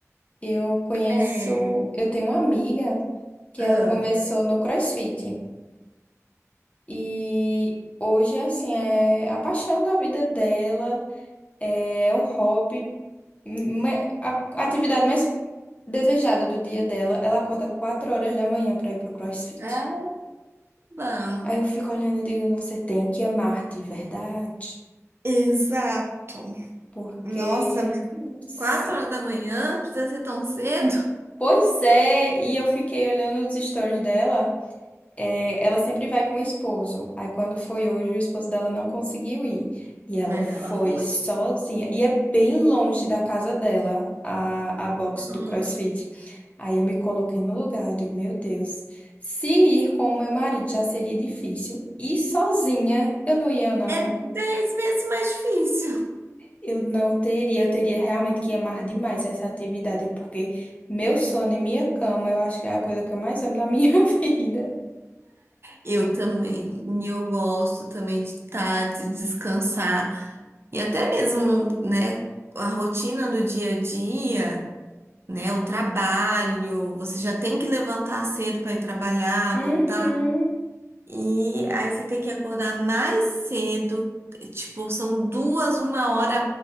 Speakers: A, on the left (about 25°); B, on the right (about 50°).
A: Eu conheço,
B: É.
A: eu tenho uma amiga que
B: Ah,
A: ela começou no CrossFit e hoje, assim, é a paixão da vida dela, é o hobby, hum, é a a atividade mais desejada do dia dela. Ela acorda 4 horas da manhã para ir pro CrossFit.
B: tá bom.
A: Aí eu fico olhando e digo, você tem que amar de verdade,
B: Exato.
A: porque,
B: Nossa,
A: nossa.
B: Quatro horas da manhã, precisa ser tão cedo?
A: Pois é, e eu fiquei olhando os stories dela. é, ela sempre vai com o esposo. Aí quando foi hoje, o esposo dela não conseguiu ir. E ela
B: Mas
A: foi
B: ela foi.
A: sozinha. E é bem longe da casa dela, a, a box
B: Hum.
A: do CrossFit. Aí eu me coloquei no lugar, eu digo, meu Deus, se ir com o meu marido já seria difícil. E sozinha, eu não ia, não.
B: É dez vezes mais difícil.
A: Eu não teria, eu teria realmente que amar demais essa atividade, porque meu sono e minha cama, eu acho que é a coisa que eu mais amo na minha <laughs> vida.
B: Eu também, e eu gosto também de estar, de descansar. E até mesmo, no- né, a rotina do dia a dia, né, o trabalho, você já tem que levantar cedo para ir trabalhar,
A: Uhum.
B: voltar. E aí você tem que acordar mais cedo, tipo, são duas, uma hora